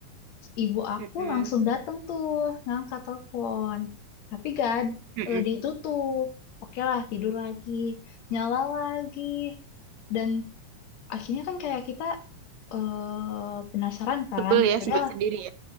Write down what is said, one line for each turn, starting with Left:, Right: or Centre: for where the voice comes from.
Left: Ibu aku
Right: Mm-mm.
Left: langsung datang tuh ngangkat telepon. Tapi gak ad-
Right: Mm-mm.
Left: eh, ditutup. Oke lah tidur lagi, nyala lagi. Dan akhirnya kan kayak kita eh, penasaran kan.
Right: Sebel ya,
Left: Yaudah
Right: sebel sendiri ya.